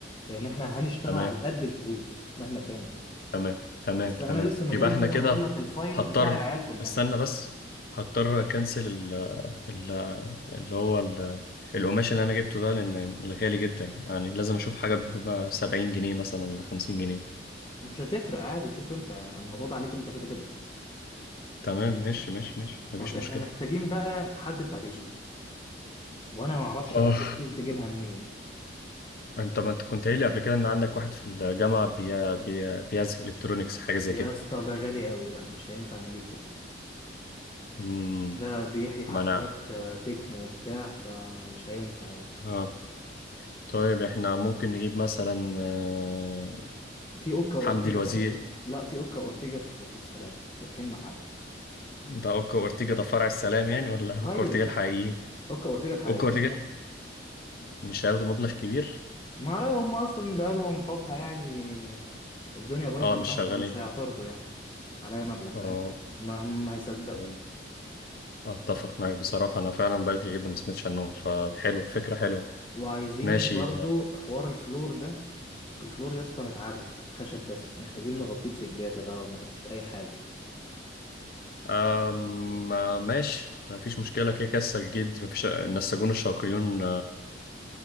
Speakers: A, on the left; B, on the left.
A: لأن احنا هنشتغل
B: تمام
A: على قد الفلوس مهما كان
B: تمام تمام
A: بس
B: تمام
A: أنا لسه ما
B: يبقى
A: جاليش
B: احنا
A: زي
B: كده
A: ما بقول لك الفايل
B: هضطر
A: بتاع العيال كلها
B: استنى بس هضطر اكنسل ال... ال... اللي هو ال... القماش اللي انا جبته ده لان غالي جدا يعني لازم اشوف حاجة ب 70 جنيه مثلا ولا 50 جنيه
A: مش هتفرق عادي شوف أنت يعني الموضوع ده عليك أنت كده كده
B: تمام ماشي ماشي ماشي مفيش
A: طب احنا
B: مشكلة
A: محتاجين بقى حد بتاع دي جي وأنا ما أعرفش
B: اه
A: العيال دي تجيبها منين
B: انت ما انت كنت قايل لي قبل كده ان عندك واحد في الجامعه بي... بي... بيعزف الكترونيكس حاجه زي
A: يا
B: كده
A: اسطى ده غالي قوي لا مش هينفع نجيب ده
B: امم
A: ده بيحيي حفلات
B: ما انا
A: آه، تكنو وبتاع فمش هينفع يعني
B: اه طيب احنا ممكن نجيب مثلا آه،
A: في أوكا أورتيجا
B: حمدي الوزير
A: فاتح لا في أوكا أورتيجا في, في السلام فاتحين محل
B: ده اوكا اورتيجا ده فرع السلام يعني ولا اوكا
A: ايوه
B: اورتيجا الحقيقيين
A: اوكا اورتيجا الحقيقيين
B: اوكا اورتيجا
A: يعني
B: مش هياخدوا مبلغ كبير
A: ما اعرف هم اصلا بقالهم فتره يعني الدنيا بايظه
B: اه
A: معاهم
B: مش شغالين
A: فمش هيعترضوا يعني على اي مبلغ
B: اه
A: فاهم ما هم هيصدقوا
B: أوكي. اتفق معاك بصراحه انا فعلا بقالي كتير جدا ما سمعتش عنهم فحلو فكره حلوه
A: وعايزين
B: ماشي
A: برضو حوار الفلور ده الفلور يا اسطى متعرب خشب بس محتاجين نغطيه بسجاده بقى ولا نغطيه باي حاجه
B: أم آه، ماشي ما فيش مشكلة كده كده السجاد ما فيش النساجون الشرقيون